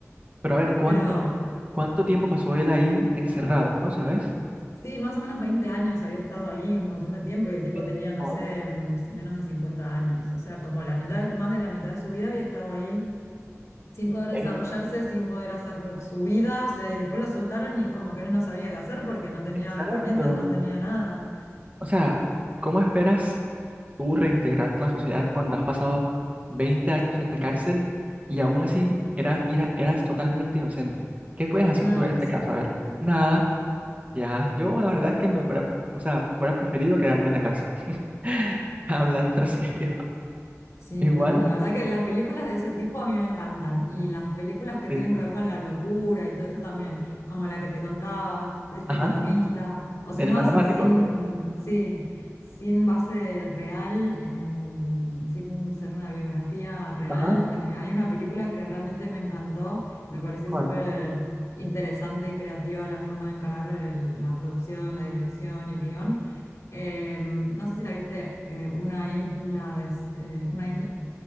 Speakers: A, on the right; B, on the left.
A: Pero a ver, ¿cuánto,
B: Pero
A: cuánto tiempo pasó él ahí encerrado? ¿No sabes?
B: sí, más o menos 20 años había estado ahí un montón de tiempo y el tipo
A: Eh,
B: tenía, no
A: Joda.
B: sé, mm, menos de 50 años. O sea, como la mitad, más de la mitad de su vida había estado ahí sin poder desarrollarse,
A: eh,
B: sin poder hacer su vida. O sea, y después lo soltaron y es como que él no sabía qué hacer porque no tenía
A: Exacto.
B: herramientas, no tenía nada.
A: O sea, ¿cómo esperas tú reintegrarte a la sociedad cuando has pasado 20 años en la cárcel y aún así eras, era- eras totalmente inocente? ¿Qué puedes hacer
B: Nada,
A: tú en ese
B: sí.
A: caso? A ver, nada, Ya, yo la verdad es que me fuera, o sea, fuera preferido quedarme en la cárcel. <laughs> Hablando en serio.
B: Sí,
A: Igual,
B: no, la verdad que las películas de ese tipo a mí me encantan y las películas que
A: sí.
B: tienen que ver con la locura y todo eso también, como la que te contaba de este
A: Ajá,
B: economista, o si
A: el
B: no,
A: matemático.
B: así sin, sí, sin base real, eh, sin ser una biografía real,
A: Ajá,
B: eh, hay una película que realmente me encantó, me pareció
A: ¿cuál?
B: súper interesante y creativa la forma de encarar el- la producción, la dirección y el guión eh, no sé si la viste, eh, una isla de, eh, una isla,